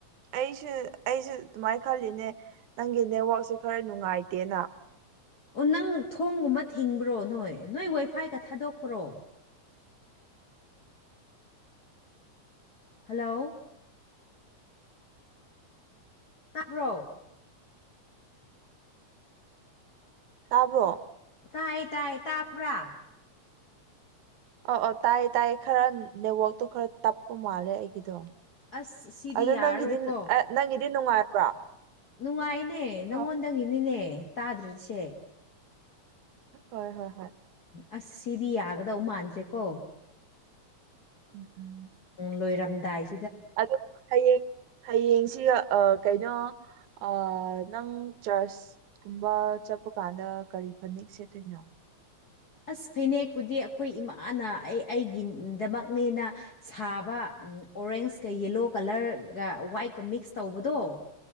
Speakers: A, on the right; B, on the left.
A: ꯑꯩꯁꯨ ꯑꯩꯁꯨ ꯑꯗꯨꯃꯥꯏꯅ ꯈꯜꯂꯤꯅꯦ ꯅꯪꯒꯤ ꯅꯦꯠꯋꯥꯛꯁꯦ ꯈꯔ ꯅꯨꯡꯉꯥꯏꯇꯦꯅ
B: ꯑꯣ ꯅꯪ ꯊꯣꯡꯒꯨꯝꯕ ꯊꯤꯡꯕ꯭ꯔꯣ ꯅꯣꯏ ꯅꯣꯏ ꯋꯥꯏꯐꯥꯏꯒ ꯊꯥꯗꯣꯛꯄ꯭ꯔꯣ ꯍꯜꯂꯣ ꯇꯥꯕ꯭ꯔꯣ
A: ꯇꯥꯕ꯭ꯔꯣ
B: ꯇꯥꯏ ꯇꯥꯏ ꯇꯥꯕ꯭ꯔꯥ
A: ꯑ ꯑ ꯇꯥꯏꯌꯦ ꯇꯥꯏꯌꯦ ꯈꯔ ꯅꯦꯠꯋꯥꯛꯇꯣ ꯈꯔ ꯇꯞꯄ ꯃꯥꯜꯂꯦ ꯑꯩꯒꯤꯗꯣ
B: ꯑꯁ ꯁꯤꯗꯤ
A: ꯑꯗꯨ
B: ꯌꯥꯔꯔꯣꯏꯀꯣ
A: ꯅꯪꯒꯤꯗꯤ ꯅꯪꯒꯤꯗꯤ ꯅꯨꯡꯉꯥꯏꯕ꯭ꯔꯥ
B: ꯅꯨꯡꯉꯥꯏꯅꯦ ꯅꯪꯉꯣꯟꯗꯒꯤꯅꯤꯅꯦ
A: ꯍꯣꯏ
B: ꯇꯥꯗ꯭ꯔꯤꯁꯦ
A: ꯍꯣꯏ ꯍꯣꯏ ꯍꯣꯏ
B: ꯑꯁ ꯁꯤꯗꯤ ꯌꯥꯒꯗꯧ ꯃꯥꯟꯗ꯭ꯔꯦ ꯀꯣ
A: <inaudible>
B: ꯂꯣꯏꯔꯝꯗꯥꯏ
A: ꯑꯗꯨ ꯍꯌꯦꯡ ꯍꯌꯦꯡꯁꯤ ꯑ ꯀꯩꯅꯣ ꯑꯥ ꯅꯪ ꯆꯔꯆ ꯆꯠꯄ ꯀꯥꯟꯗ ꯀꯔꯤ ꯐꯅꯦꯛ ꯁꯦꯠꯇꯣꯏꯅꯣ
B: ꯑꯁ ꯐꯅꯦꯛꯄꯨꯗꯤ ꯑꯩꯈꯣꯏ ꯏꯃꯥꯅ ꯑꯩ ꯑꯩꯒꯤꯗꯃꯛꯅꯦꯅ ꯁꯥꯕ ꯑꯣꯔꯦꯟꯁꯀ ꯌꯦꯂꯣ ꯀꯂꯔꯒ ꯋꯥꯏꯠꯀ ꯃꯤꯛꯁ ꯇꯧꯕꯗꯣ